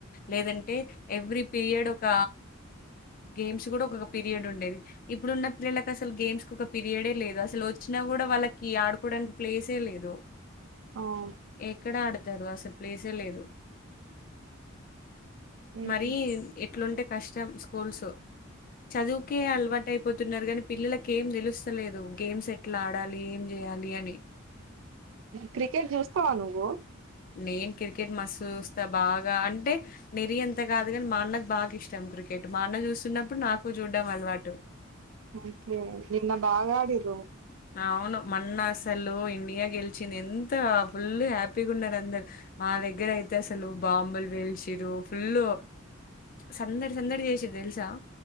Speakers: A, on the left; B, on the right.
A: లేదంటే అంటే ఎవ్రీ పీరియడ్ ఒక గేమ్స్ కూడా ఒక పీరియడ్ ఉండేది ఇప్పుడు ఉన్న పిల్లలకు అసలు గేమ్స్ ఒక పీరియడే లేదు అసలు వచ్చినా కూడా వాళ్ళకి ఆడుకోవడానికి ప్లేసే లేదు
B: ఓం
A: ఇక్కడ అడతారు అసలు ప్లేస్ ఏలేదు
B: ఉమ్,
A: మరి ఏట్లుంటే కష్టం స్కూల్స్ చదువుకే అల్వా టైప్ పోతున్నారు కానీ పిల్లలకి ఏ తెలుస్తలేదు గేమ్స్ ఎట్లా ఆడాలి ఏం చేయాలి అని
B: క్రికెట్ చూస్తావా నువ్వు
A: నేను క్రికెట్ మూస్తా చూస్తాబాగా అంటే మరి ఎంత కాదు కాని మా అన్నకు బాగా ఇష్టం క్రికెట్ మా అన్న చూస్తున్నప్పుడు నాకు చూడ్డం అలవాటు
B: ఓకే నిన్న బాగా ఆడిరు
A: అవును మల్ల అసలు ఇండియా గెలిచింది ఎంత ఫుల్ హ్యాపీగా ఉన్నారు అందరు మా దగ్గర అయితే అసలు బాంబులు వేల్చరు ఫుల్ సందడి సందడి చేసిరు తెలుసా